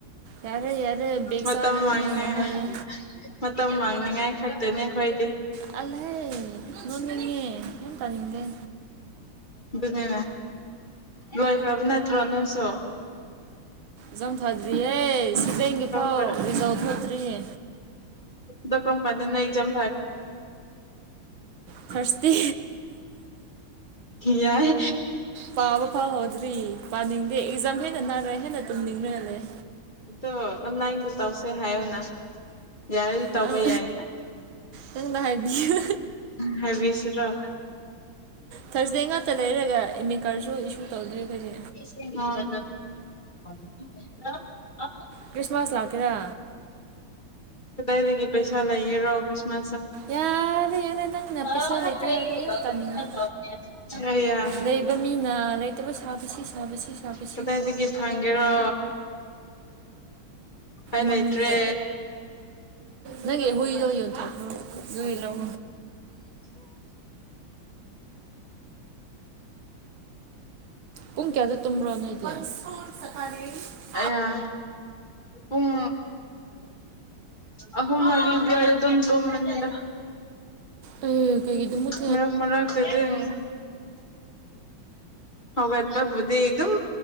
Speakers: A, on the right (about 75°); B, on the left (about 25°).
A: ꯌꯥꯔꯦ ꯌꯥꯔꯦ ꯕꯦꯛ
B: ꯃꯇꯝ
A: ꯆꯥꯗꯕ
B: ꯃꯥꯡꯉ‌ꯦ
A: ꯃꯤꯅ ꯍꯥꯏꯌꯦ
B: ꯃꯇꯝ ꯃꯥꯡꯅꯤꯡꯉꯥꯏ ꯈꯛꯇꯅꯤ ꯑꯩꯈꯣꯏꯗꯤ
A: ꯇꯜꯂ‌ꯦꯍ‌ꯦ ꯂꯣꯟꯒꯦ ꯌꯥꯝ ꯇꯅꯤꯡꯗ‌ꯦ
B: ꯑꯗꯨꯅꯦ ꯂꯣꯏꯈ꯭ꯔꯕ ꯅꯠꯇ꯭ꯔꯣ ꯅꯣꯏꯁꯨ
A: ꯛꯖꯥꯎꯝ ꯊꯥꯗ꯭ꯔꯤꯌꯦ ꯁꯤꯕꯦꯡꯒꯤꯐꯥꯎ
B: ꯀꯔꯝ ꯀꯥꯟ
A: ꯔꯤꯖꯥꯎ ꯊꯣꯛꯇ꯭ꯔꯤꯌꯦ
B: ꯗ‌ꯣ ꯀꯔꯝꯀꯥꯟꯗꯅ ꯑ‌ꯦꯖꯥꯝ
A: ꯊꯥꯔꯁꯗꯦ
B: ꯌꯥꯥꯏ
A: ꯄꯥꯕ ꯐꯥꯎ ꯍꯧꯗ꯭ꯔꯤ ꯄꯥꯅꯤꯡꯗꯦ ꯑꯦꯛꯖꯥꯝ ꯍꯦꯟꯅ ꯅꯛꯔ ꯍꯦꯟꯅ ꯇꯨꯝꯅꯤꯡꯔꯒ ꯂꯩ
B: ꯑꯗꯣ ꯑꯣꯟꯂꯥꯏꯟꯗ ꯇꯧꯁꯦ ꯍꯥꯏꯌꯣꯅ ꯌꯥꯔꯗꯤ ꯇꯧꯕ
A: ꯅꯪ
B: ꯌꯥꯏꯅ
A: ꯅꯪꯅ ꯍꯥꯏꯕꯤꯌꯨ
B: ꯍꯥꯏꯕꯤꯁꯤꯔꯣ
A: ꯊꯥꯔꯁꯗꯦ ꯉꯥꯛꯇ ꯂꯩꯔꯒ ꯑꯦꯃꯤꯠ ꯀꯥꯔꯠꯁꯨ ꯏꯁꯨ ꯇꯧꯗ꯭ꯔꯤ ꯑꯈꯣꯏꯗꯤ
B: ꯑ‌ꯣ
A: ꯀ꯭ꯔꯤꯁꯃꯥꯁ ꯂꯥꯛꯀ‌ꯦꯔ
B: ꯀꯗꯥꯏꯗꯒꯤ ꯄꯩꯁꯥ ꯂꯩꯒꯦꯔꯣ ꯀꯔꯤꯁ
A: ꯌꯥꯔꯦ ꯌꯥꯔꯦ ꯅꯪꯅ
B: <unintelligible>
A: ꯄꯩꯁꯥ ꯂꯩꯇꯦ ꯍꯥꯏꯕꯗꯣ ꯑꯩ ꯌꯥꯝ ꯇꯥꯅꯤꯡꯗꯦ
B: ꯑꯌꯥ
A: ꯂꯩꯕ ꯃꯤꯅ ꯂꯩꯇꯕ ꯁꯥꯕꯁꯤ ꯁꯥꯕꯁꯤ ꯁꯥꯕꯁꯤ
B: ꯀꯗꯥꯏꯗꯒꯤ ꯐꯪꯒꯦꯔꯣ ꯎꯄꯥꯏ
A: ꯃꯪꯗ
B: ꯂꯩꯇ꯭ꯔꯦ
A: ꯅꯪꯒꯤ ꯍꯨꯏꯗꯣ ꯌꯣꯟꯊꯣꯛꯈꯔꯣ ꯅꯣꯏ ꯂꯧ ꯄꯨꯡ ꯀꯌꯥꯗ ꯇꯨꯝꯕ꯭ꯔꯣ ꯅꯣꯏꯗꯤ <unintelligible>
B: ꯑꯥꯌ ꯄꯨꯡ ꯑꯍꯨꯝ ꯃꯔꯤ ꯑꯗꯨꯋꯏꯗ ꯑꯗꯨꯝ ꯇꯨꯝꯕꯅꯤꯗ
A: ꯎꯝ ꯀꯩꯒꯤ ꯑꯗꯨꯃꯛ
B: ꯃꯔꯛ ꯃꯔꯛ ꯇꯗꯤ ꯎꯝ ꯍꯧꯒꯠꯄꯕꯨꯗꯤ ꯑꯗꯨꯝ